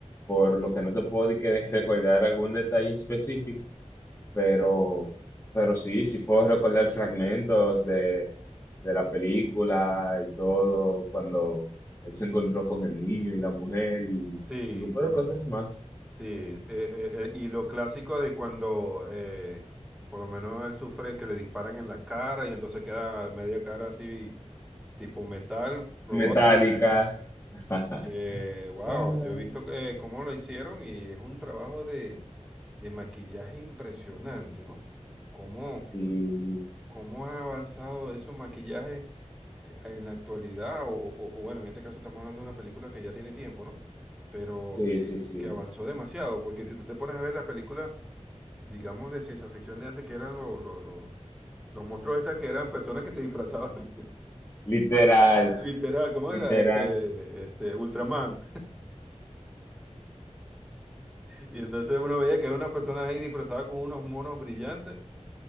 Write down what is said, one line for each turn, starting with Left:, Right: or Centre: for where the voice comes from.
Left: por lo que no te puedo di que recordar algún detalle específico, pero, pero sí, sí puedo recordar fragmentos de, de la película y todo, cuando él se encontró con el niño y la mujer y
Centre: Sí,
Left: un grupo
Centre: correcto.
Left: de cosas más.
Centre: Sí, eh, eh, eh, y lo clásico de cuando eh, por lo menos él sufre que le disparan en la cara y entonces queda media cara así tipo metal, robótico,
Left: Metálica. <laughs>
Centre: que, wow,
Left: Ah,
Centre: yo he visto eh, cómo lo hicieron y es un trabajo de, de maquillaje impresionante, ¿no? Cómo,
Left: Sí,
Centre: cómo ha avanzado esos maquillajes eh, en la actualidad, o, o- o bueno, en este caso estamos hablando de una película que ya tiene tiempo, ¿no? Pero
Left: sí,
Centre: que,
Left: sí, sí.
Centre: que avanzó demasiado, porque si tú te pones a ver las películas, digamos, de ciencia ficción de antes, que eran los, los, los, los monstruos estas, que eran personas que se disfrazaban,
Left: Literal,
Centre: <laughs> literal, ¿cómo
Left: literal.
Centre: era? Este, este, Ultraman. Y entonces uno veía que hay unas personas ahí disfrazadas con unos monos brillantes.